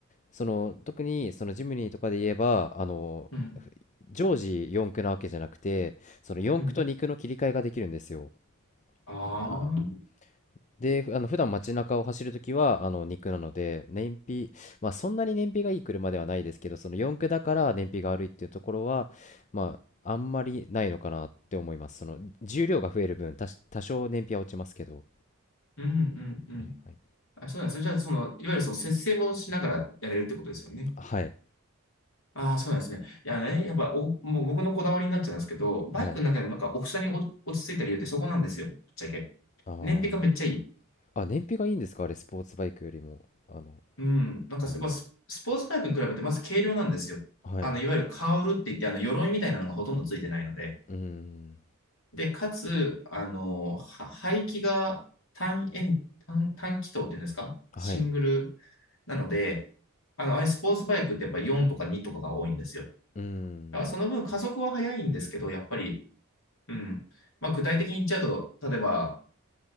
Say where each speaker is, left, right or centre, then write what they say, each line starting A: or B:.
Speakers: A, on the left; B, on the left.
A: その、特に、そのジムニーとかで言えば、あの、
B: うん、
A: 常時四駆なわけじゃなくて、その四駆と二駆の切り替えができるんですよ。
B: うん。ああ、
A: あー
B: うん、
A: で、ふあの、普段街中を走るときは、あの、二駆なので、燃費、まあ、そんなに燃費がいい車ではないですけど、その四駆だから燃費が悪いっていうところは、まあ、あんまりないのかなって思います。その、重量が増える分、多し、多少燃費は落ちますけど。
B: うん、うん。
A: はいはい。
B: あ、そうなんですね。じゃあ、その、いわゆるその節制もしながらやれるってことですよね。
A: はい。
B: ああ、そうなんですね。いやね、やっぱお、もう僕のこだわりになっちゃうんですけど、バイクの中でもなんかオフ車にお落ち着いた理由ってそこなんですよ、
A: はい。
B: ぶっちゃけ。
A: ああ。
B: 燃費がめっちゃいい。
A: あ、燃費がいいんですかあれ、スポーツバイクよりも。あの、
B: うん、なんかやっぱス、
A: うん。
B: スポーツバイクに比べてまず軽量なんですよ。
A: はい。
B: あの、いわゆるカウルって言って、あの、鎧みたいなのがほとんどついてないので。
A: うん。
B: で、かつ、あの、は排気が単円、単、単気筒っていうんですかシングル
A: はい。
B: なので、あの、ああいうスポーツバイクってやっぱり4とか2とかが多いんですよ。だ
A: うん。
B: からその分加速は速いんですけど、やっぱり、うん。まあ、具体的に言っちゃうと、例えば、